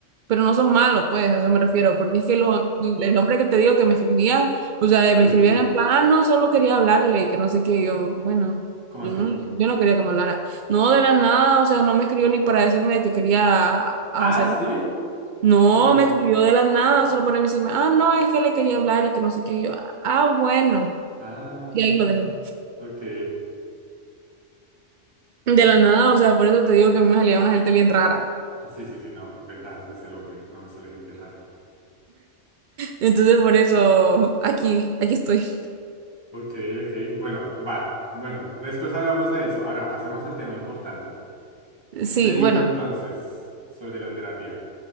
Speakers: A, on the right; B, on the right.
A: pero no son malos, pues, a eso me refiero, porque es que los, el hombre que te digo que me escribía, o sea, me
B: sí,
A: escribía en plan, ah, no, solo quería hablarle, y que no sé qué, y yo, bueno,
B: ¿cómo
A: yo
B: así?
A: no, yo no quería que me hablara. No, de la nada, o sea, no me escribió ni para decirme de que quería hacer,
B: Ah, sí.
A: no,
B: O sea, n-
A: me escribió de la nada, solo para decirme, ah, no, es que le quería hablar y que no sé qué, y yo, ah, bueno,
B: ah,
A: y ahí lo dejé.
B: ok.
A: De la nada, o sea, por eso te digo que a mí me salía una gente bien rara.
B: Sí, sí, sí, no. Ventajas de ser hombre. No me sale gente rara.
A: Entonces, por eso aquí, aquí estoy.
B: Ok, ok. Bueno, va. Bueno, después hablamos de eso. Ahora pasemos al tema importante. ¿Qué
A: Sí,
B: te dijo
A: bueno.
B: entonces sobre la terapia?